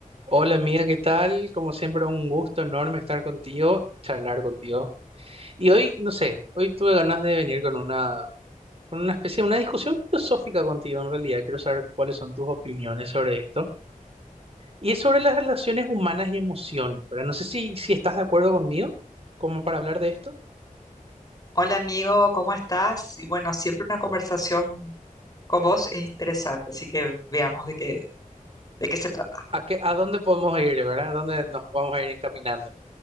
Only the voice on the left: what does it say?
Hola amigo, ¿cómo estás? Y bueno, siempre una conversación con vos es interesante, así que veamos de qué, de qué se trata.